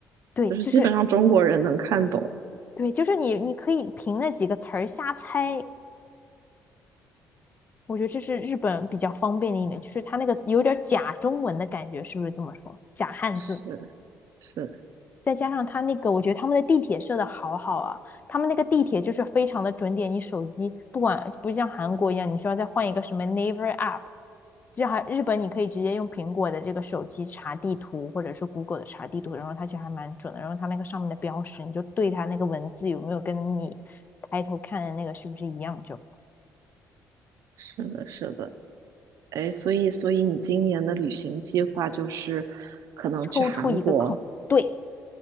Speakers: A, on the left (about 30°); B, on the right (about 70°).
A: 对，
B: 就是基本上中国人能看懂。
A: 就是对，就是你你可以凭那几个词儿瞎猜。我觉得这是日本比较方便的一点，就是他那个有点假中文的感觉，是不是这么说？假汉字。
B: 是是
A: 再加上他那个，我觉得他们的地铁设的好好啊，他们那个地铁就是非常的准点，你手机不管不像韩国一样，你需要再换一个什么 Naver App，这还日本你可以直接用苹果的这个手机查地图，或者是 Google 的查地图，然后它就还蛮准的，然后它那个上面的标识，你就对它那个文字有没有跟你抬头看的那个是不是一样，就
B: 是的，是的。哎，所以所以你今年的旅行计划就是可能去韩国。
A: 抽出一个空，对，